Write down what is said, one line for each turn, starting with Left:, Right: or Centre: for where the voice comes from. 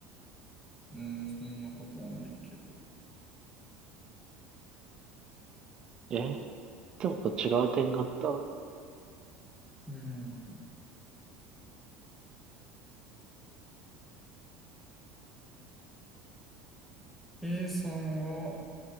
Centre: うーん、そんなことはないけど。
Right: えでもと違う点があった
Centre: うーん。A さんは